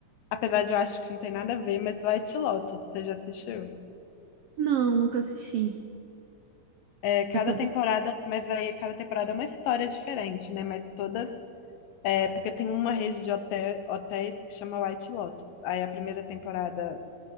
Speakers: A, on the left (about 90°); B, on the right (about 80°).
A: apesar de eu acho que não tem nada a ver, mas White Lotus, você já assistiu?
B: Não, nunca assisti.
A: É, cada
B: É sobre.
A: temporada, mas aí cada temporada é uma história diferente, né? Mas todas. É, porque tem uma rede de hotel, hotéis que chama White Lotus. Aí a primeira temporada